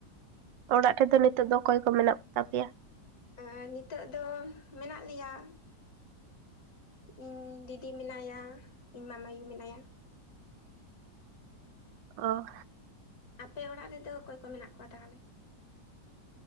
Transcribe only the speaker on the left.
ᱮ ᱱᱤᱛᱚᱜ ᱫᱚ ᱢᱮᱱᱟᱜ ᱞᱮᱭᱟᱼᱼ ᱩ ᱤᱧ ᱫᱤᱫᱤ ᱢᱮᱱᱟᱭᱟ ᱤᱧ ᱢᱟᱢᱟᱭᱩ ᱢᱮᱱᱟᱭᱟ᱾
ᱟᱯᱮ ᱚᱲᱟᱜ ᱨᱮᱫᱚ ᱚᱠᱚᱭ ᱠᱚ ᱢᱮᱱᱟᱜ ᱠᱚᱣᱟ ᱛᱟᱦᱚᱞᱮ?